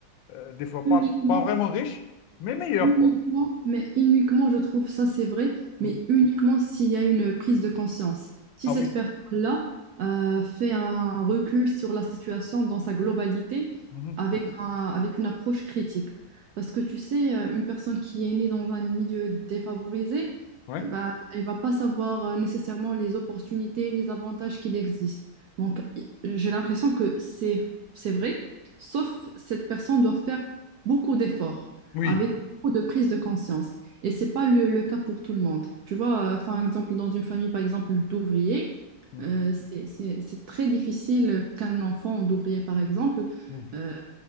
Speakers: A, on the left (about 85°); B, on the right (about 65°).
A: Euh, des fois,
B: uniquement
A: pas, pas vraiment riche, mais meilleur,
B: Uniquement,
A: quoi.
B: mais uniquement, je trouve ça c'est vrai,
A: Mm.
B: mais uniquement s'il y a une prise de conscience. Si
A: Ah
B: cette
A: oui.
B: personne-là euh, fait un recul sur la situation dans sa globalité
A: Mhm.
B: avec un- avec une approche critique. Parce que tu sais, euh, une personne qui est née dans un milieu défavorisé,
A: Ouais.
B: euh, bah, elle va pas savoir euh, nécessairement les opportunités, les avantages qu'il existe. Donc, i- j'ai l'impression que c'est c'est vrai, sauf cette personne doit faire beaucoup d'efforts
A: Oui.
B: avec beaucoup de prise de conscience. Et c'est pas le, le cas pour tout le monde. Tu vois, euh, par exemple, dans une famille, par exemple, d'ouvriers,
A: Mhm.
B: euh, c'est c'est- c'est très difficile qu'un enfant d'ouvrier, par exemple,
A: Mhm.
B: euh,